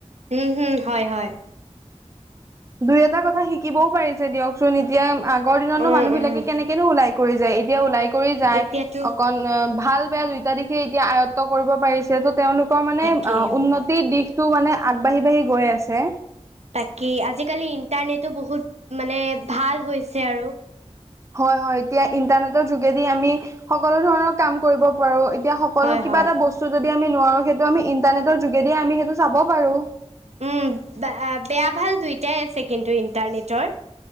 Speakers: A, on the right; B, on the right.
A: উম হুম হয় হয়।
B: দুই এটা কথা শিকিবও পাৰিছে দিয়কচোন এতিয়া আগৰ দিনতনো
A: উম,
B: মানুহবিলাকে
A: উম,
B: কেনেকেনো ওলাই। কৰি যায় এতিয়া ওলাই কৰি যায়
A: এতিয়াতো
B: অকণ অ ভাল বেয়া দুয়ইটা দিশে এতিয়া আয়ত্ব কৰিব পাৰিছে। যিহেতু তেওঁলোকৰ মানে
A: তাকেই
B: অ উন্নতিৰ দিশটো মানে আগবাঢ়ি বাঢ়ি গৈ আছে।
A: বাকী আজিকালি ইণ্টাৰনেটো বহুত মানে ভাল হৈছে আৰু।
B: হয়, হয় এতিয়া ইন্টাৰনেটৰ যোগেদি আমি সকলো ধৰণৰ কাম কৰিব পাৰো এতিয়া- কলো
A: হয়
B: কিবা
A: হয়।
B: এটা বস্তু যদি আমি নোৱাৰো সেইটো আমি ইণ্টাৰনেটৰ যোগেদি আমি সেইটো চাব পাৰো।
A: উম, বেয়া ভাল দুইটাই আছে কিন্তু ইণ্টাৰনেটৰ।